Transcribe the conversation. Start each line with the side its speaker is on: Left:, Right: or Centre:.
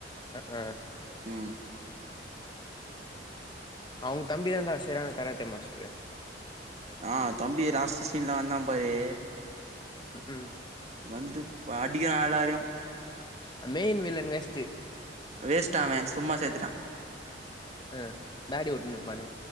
Left: ஆ
Right: ம்
Left: அவங்க தம்பிதாண்டா சேரியான கராத்த மாஸ்டரு
Right: ஆ தம்பி லாஸ்ட் சீன்ல வந்தா பாரு
Left: ம் ம்
Right: வந்து அடிகரா எளாரயு
Left: மெயின் வில்லன் வேஸ்ட்டு
Right: வேஸ்ட் ஆ அவ சும்மா சேத்துட்டா
Left: ஆ தாடி வுட்டுனுருப்பானே